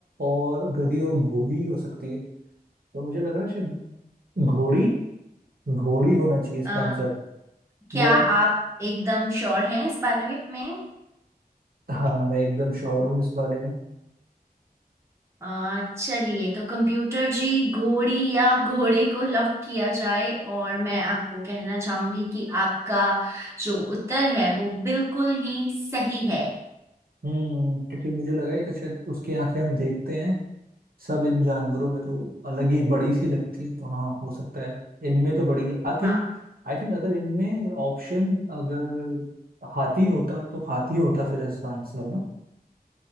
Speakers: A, on the right; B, on the right.
A: और गधी और घोड़ी ही हो सकती है तो मुझे लग रहा है शायद घोड़ी घोड़ी होना चाहिए इसका
B: अ,
A: आंसर
B: क्या
A: या
B: आप एकदम श्योर हैं इस बारे में में?
A: हाँ मैं एकदम श्योर हूँ इस बारे में
B: अ, चलिए तो कंप्यूटर जी घोड़ी या घोड़े को लॉक किया जाए और मैं आपको कहना चाहूंगी कि आपका जो उत्तर है वो बिल्कुल ही सही है
A: हम्म क्योंकि मुझे लगा ही था शायद उसकी आंखें हम देखते हैं सब इन जानवरों में तो अलग ही बड़ी सी लगती है तो हाँ हो सकता है इनमें तो बड़ी है आई थिंक
B: हाँ
A: आई थिंक अगर इनमें ऑप्शन अगर हाथी होता तो हाथी होता फिर इसका आंसर ना